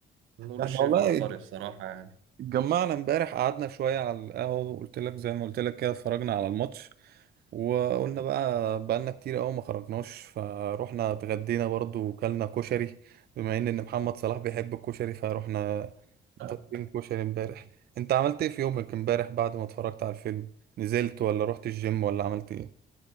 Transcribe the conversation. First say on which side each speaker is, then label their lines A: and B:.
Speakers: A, on the right; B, on the right.
A: نور
B: احنا
A: الشريف
B: والله
A: عبقري بصراحة يعني
B: اتجمعنا امبارح قعدنا شويه على القهوه وقلت لك زي ما قلت لك كده اتفرجنا على الماتش وقلنا بقى بقالنا كتير قوي ما خرجناش فروحنا اتغدينا برضو وكلنا كشري بما ان إن محمد صلاح بيحب الكشري فروحنا
A: <laughs>
B: ضاربين كشري امبارح انت عملت ايه في يومك امبارح بعد ما اتفرجت على الفيلم نزلت ولا رحت الجيم ولا عملت ايه